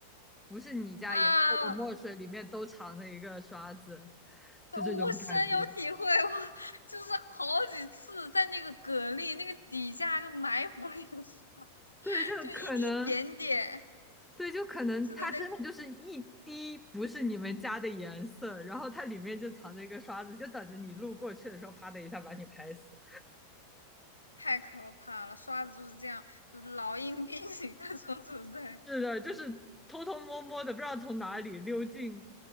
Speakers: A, in the centre; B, on the left (about 85°).
A: 不是你家颜色的墨水里面都藏着一个刷子，
B: 啊。
A: 就这种感觉。
B: 对我深有体会，我就是好几次在那个蛤蜊那个底下就埋伏了一个刷
A: 对，就可能，
B: 就一一点点，
A: 对，就可能它真的就是一滴不是你们家的颜色，
B: 真的那个
A: 然后它里面就藏着一个刷子，就等着你路过去的时候，啪的一下把你拍死。
B: 太可怕了。刷子就是这样，就是老鹰变形的 <laughs> 这种存在。
A: 是的，就是偷偷摸摸的，不知道从哪里溜进